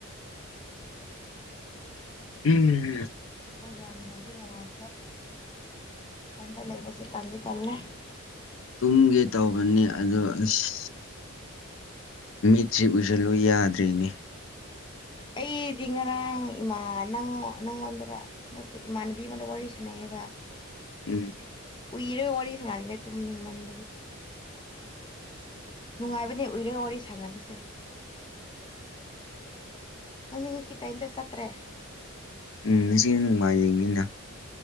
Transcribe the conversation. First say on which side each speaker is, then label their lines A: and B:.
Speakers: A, on the left (about 70°); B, on the left (about 25°).
A: ꯎꯝ
B: ꯑꯣ ꯌꯥꯝꯅ ꯍ ꯅꯨꯡꯉꯥꯏꯇꯦ ꯊꯟꯗ ꯂꯩꯕꯁꯦ ꯀꯥꯟꯗꯤ ꯆꯜꯂꯦ
A: ꯇꯨꯝꯒꯦ ꯇꯧꯕꯅꯤ ꯑꯗꯣ ꯑꯁ ꯑ ꯃꯤꯠꯁꯤ ꯎꯁꯜꯂꯨ ꯌꯥꯗ꯭ꯔꯤꯅꯦ
B: ꯑꯩꯗꯤ ꯉꯔꯥꯡ ꯏꯃꯥ ꯅꯪꯉ ꯅꯪꯉꯣꯟꯗꯔ ꯅꯠꯇꯦ ꯏꯃꯥꯟꯅꯕꯤ ꯑꯃꯗ ꯋꯥꯔꯤ ꯁꯥꯟꯅꯩꯑꯕ
A: ꯎꯝ
B: ꯎꯏꯔꯦ ꯋꯥꯔꯤ ꯁꯥꯖꯔꯤꯔꯦ ꯇꯨꯝꯅꯤꯡꯃꯟꯕꯒꯤ ꯅꯨꯡꯉꯥꯏꯕꯅꯦ ꯎꯏꯔꯦ ꯋꯥꯔꯤ ꯁꯥꯟꯅꯕꯁꯦ ꯅꯪꯗꯤ ꯉꯁꯤ ꯀꯩꯝꯇ ꯆꯠꯇ꯭ꯔꯦ
A: ꯎꯝ ꯁꯤ ꯅꯨꯡꯉꯥꯏꯖꯅꯤꯅ